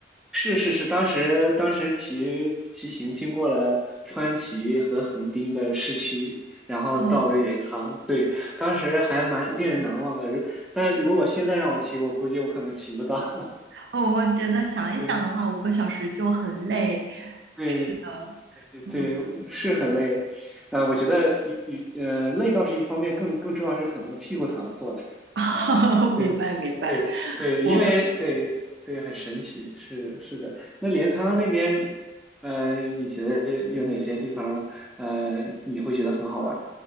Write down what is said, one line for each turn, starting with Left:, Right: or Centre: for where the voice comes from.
Centre: 是是是，当时当时骑骑行经过了川崎和横滨的市区，然后到了镰仓，
Right: 哦
Centre: 对，当时还蛮令人难忘的。如但如果现在让我骑，我估计我可能骑不到。<laughs>
Right: 哦，我觉得想一想的话，
Centre: 对
Right: 五个小时就很累。
Centre: 对，
Right: 呃，
Centre: 对对，
Right: 嗯，
Centre: 是很累。呃，我觉得一一呃累倒是一方面，更更重要是可能屁股疼坐的。
Right: <laughs>
Centre: 对对对，
Right: 明白明白。我
Centre: 因为对对很神奇，是是的。那镰仓那边，呃，你觉得有哪些地方，呃，你会觉得很好玩？